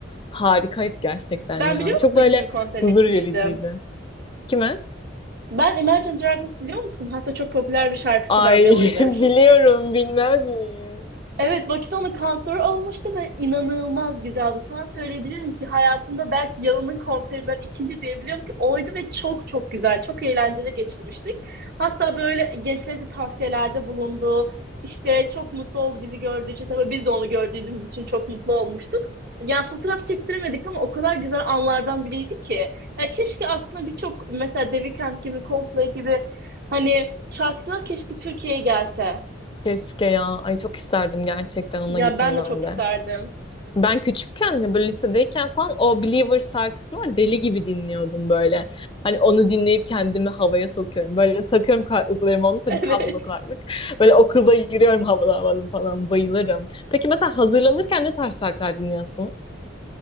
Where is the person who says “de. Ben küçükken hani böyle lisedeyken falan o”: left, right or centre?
Left